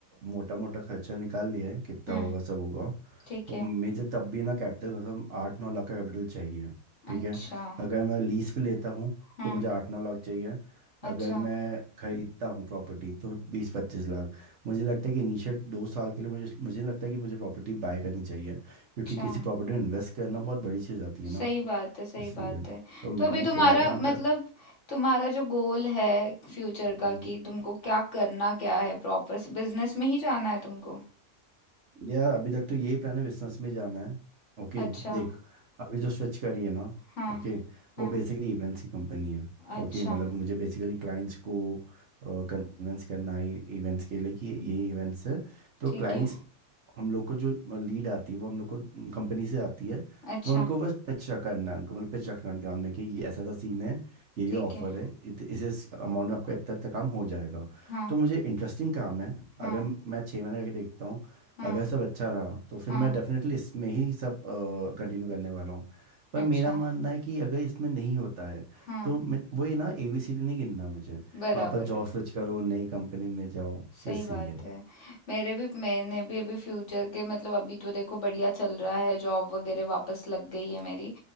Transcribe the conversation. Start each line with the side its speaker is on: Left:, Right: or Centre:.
Right: मोटा मोटा खर्चा निकाल लिया है कितना
Left: हम्म,
Right: होगा सब होगा
Left: ठीक
Right: तो
Left: है
Right: मुझे तब भी ना कैपिटल मतलब आठ नौ लाख का कैपिटल चाहिए ठीक
Left: अच्छा
Right: है अगर मैं लीज पे लेता हूँ
Left: हम्म
Right: तो मुझे आठ नौ लाख चाहिए अगर
Left: अच्छा
Right: मैं खरीदता हूँ प्रॉपर्टी तो बीस पच्चीस लाख मुझे लगता है कि इनिशियल दो साल के लिए मुझे मुझे लगता है कि मुझे प्रॉपर्टी बाय करनी चाहिए क्योंकि
Left: अच्छा
Right: किसी प्रॉपर्टी में इन्वेस्ट करना बहुत बड़ी चीज़ आती है
Left: सही
Right: ना
Left: बात है सही
Right: इसलिए
Left: बात है
Right: तो मैंने
Left: तो अभी तुम्हारा
Right: फिलहाल तो मैं
Left: मतलब तुम्हारा जो गोल है फ्यूचर
Right: तर...
Left: का कि तुमको क्या करना क्या है प्रॉपर बिजनेस में ही जाना है तुमको
Right: यार अभी तक तो यही प्लान है बिजनेस में जाना है ओके
Left: अच्छा
Right: देख अभी जो स्विच करी है ना
Left: हाँ
Right: ओके वो
Left: हाँ
Right: बेसिकली इवेंट्स की कंपनी है
Left: अच्छा
Right: ओके मतलब मुझे बेसिकली क्लाइंट्स को कन्विंस करना है इवेंट्स के लिए कि ये इवेंट्स है तो
Left: ठीक
Right: क्लाइंट्स
Left: है
Right: हम लोग को जो लीड आती है वो हम लोग को कंपनी से आती है
Left: अच्छा
Right: वो उनको बस पिच करना है उनको मतलब पिच रखना है उनके सामने कि ये ऐसा ऐसा सीन है ये ये
Left: ठीक
Right: ऑफर
Left: है
Right: है इत, इस अमाउंट में आपका इतना तक काम हो जाएगा
Left: हाँ
Right: तो मुझे इंटरेस्टिंग काम है
Left: हाँ
Right: अगर मैं छः महीने करके देखता हूँ
Left: हाँ
Right: अगर सब अच्छा रहा तो फिर
Left: हाँ
Right: मैं डेफिनेटली इसमें ही सब कंटिन्यू करने वाला हूँ पर
Left: अच्छा
Right: मेरा मानना है कि अगर इसमें नहीं होता है
Left: हाँ
Right: तो मैं- वही ना एबीसीडी नहीं गिनना मुझे
Left: बराबर
Right: वापस
Left: है
Right: जॉब स्विच करो नई कंपनी में जाओ
Left: सही
Right: तो इसलिए
Left: बात है मेरे भी मैंने भी अभी फ्यूचर के मतलब अभी तो देखो बढ़िया चल रहा है जॉब वगैरह वापस लग गई है मेरी